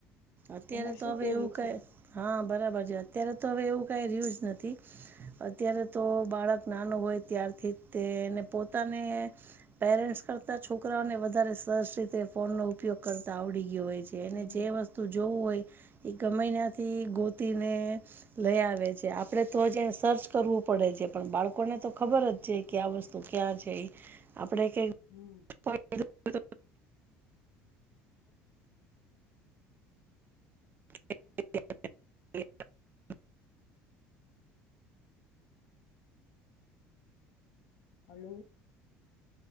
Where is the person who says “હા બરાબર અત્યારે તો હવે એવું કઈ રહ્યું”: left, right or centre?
Right